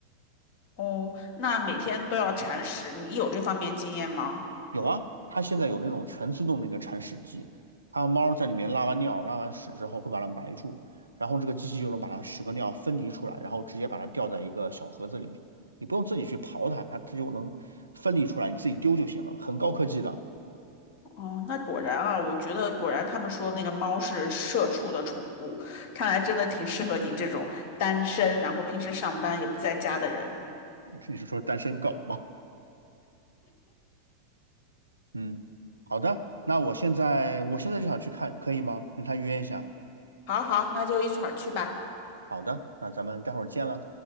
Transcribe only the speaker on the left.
哦，那每天都要铲屎，你有这方面经验吗？
哦，那果然啊，我觉得果然他们说那个猫是社畜的宠物，看来真的挺适合你这种单身，然后平时上班也不在家的人。
好好，那就一块去吧。